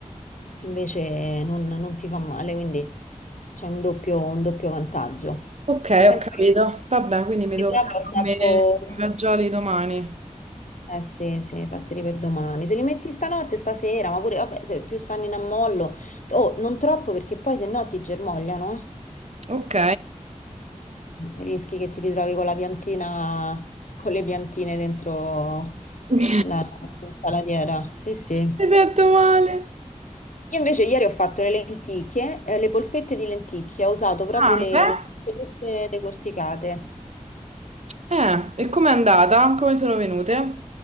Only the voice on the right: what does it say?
Ok, ho
capito.
Vabbè, quindi mi tocca
a
me i fagioli domani.
Ok.
<laughs>
Hai fatto male.
Ah,
beh.
Eh, e com'è andata? Come sono venute?